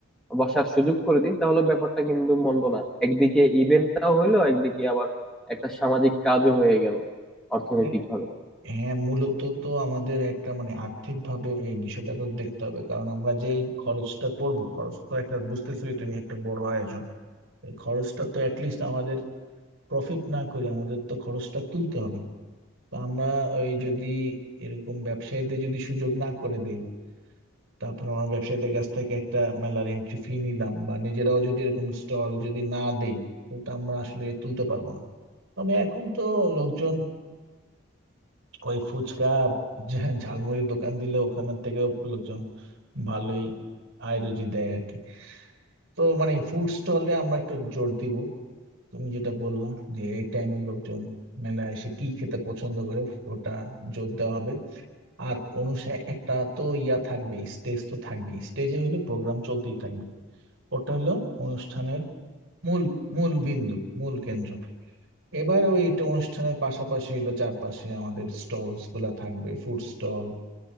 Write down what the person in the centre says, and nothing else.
বসার সুযোগ করে দিই তাহলে ব্যাপারটা কিন্তু মন্দ না একদিকে ইভেন্টটাও হইলো একদিকে আবার একটা সামাজিক কাজও হয়ে গেল অর্থনৈতিক
ভাবে